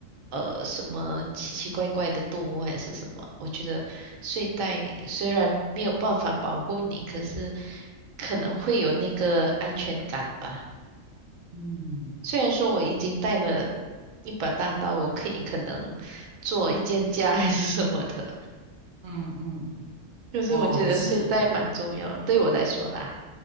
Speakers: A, on the right; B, on the right.
A: 呃什么奇奇怪怪的动物还是什么。我觉得睡袋虽然没有办法保护你，可是可能会有那个安全感吧。
B: 嗯
A: 虽然说我已经带了一把大刀，我可以可能做一间家还是什么的，
B: 嗯嗯，
A: 可是我觉得睡袋蛮重要，
B: 哇！可是
A: 对我来说啦。